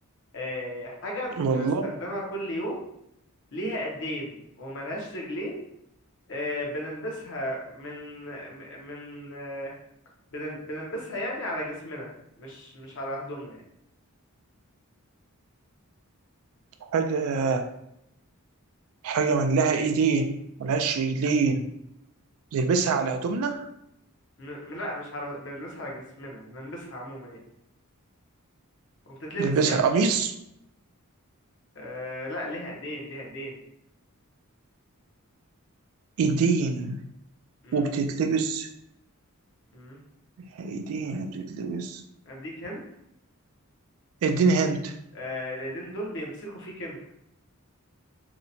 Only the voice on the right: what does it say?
والله
حاجة حاجة من لها إيدين ملهاش
رجلين نلبسها على هدومنا
نلبسها
قميص
إيدين
وبتتلبس
إيدين وبتتلبس
إديني هنت